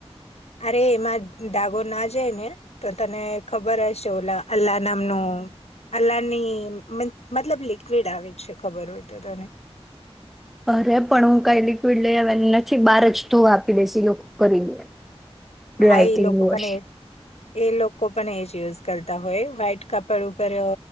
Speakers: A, on the left; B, in the centre.
A: અરે એમાં દાગો ના જાય ને તો તને ખબર હશે ઓલા અલ્લા નામનું અલ્લાની મિન-મતલબ લિક્વિડ આવે છે ખબર હોય તો તને
B: અરે પણ હું કઈ લિક્વિડ લઈ આવની નથી બારજ ધોવા આપી દિશ ઈ લોકો કરી દે ડ્રાય
A: હાઈ
B: ક્લીન
A: લોકો
B: વોશ
A: પણ એ એ લોકો પણ એ જ યુઝ કરતા હોય વાઈટ કાપડ ઉપર અ